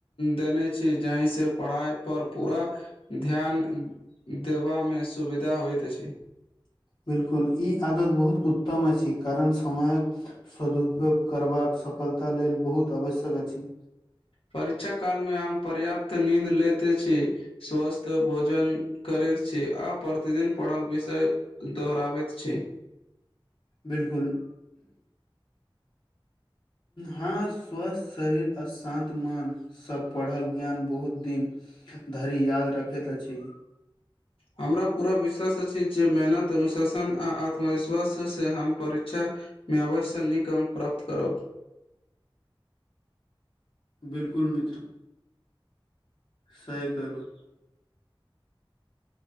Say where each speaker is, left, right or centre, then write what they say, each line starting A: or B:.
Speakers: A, on the left; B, on the left.
A: देने छी जहि से पढ़ाई पर पूरा ध्यान देबामे सुविधा होइत अछि
B: बिल्कुल ई आदत बहुत उत्तम अछि करण समयक सदुपयोग करबाक सफलता लेल बहुत आवश्यक अछि
A: परीक्षा काल मे हम पर्याप्त नींद लेते छी स्वस्थ भोजन करै छी आ प्रतिदिन पढ़ल विषय दोहराबैत छै
B: बिल्कुल हँ स्वस्थ शरीर अशान्त मन सभ पढ़ल ज्ञान बहुत दिन धरि याद रखैत अछि
A: हमरा पूरा विश्वास अछि जे मेहनत अनुशासन आ आत्मविश्वाससँ हम परीक्षा मे अवश्य नीक अंक प्राप्त करब
B: बिल्कुल मित्र सही कहलहु